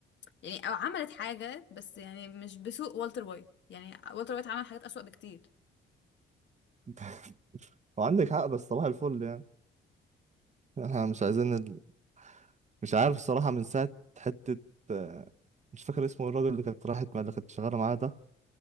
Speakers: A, on the left; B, on the right.
A: يعني او عملت حاجة بس يعني مش بسوء والتر وايت يعني والتر وايت عمل حاجات أسوأ بكتير
B: <laughs> وعندك حق بس صباح الفل يعني احنا مش عايزين ال... مش عارف الصراحة من ساعة حتة آه، مش فاكر اسمه الراجل اللي كانت راحت مع اللي كانت شغالة معاه ده